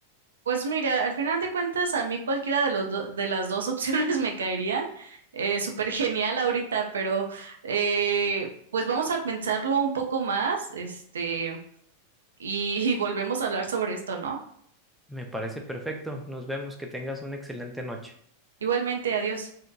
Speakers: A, on the right (about 70°); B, in the centre.
A: Pues mira, al final de cuentas, a mí cualquiera de los do- de las dos <laughs> opciones me caerían. Eh, súper genial ahorita, pero eh, pues vamos a pensarlo un poco más, este, y <laughs> y volvemos a hablar sobre esto, ¿no?
B: Me parece perfecto. Nos vemos. Que tengas una excelente noche.
A: Igualmente, adiós.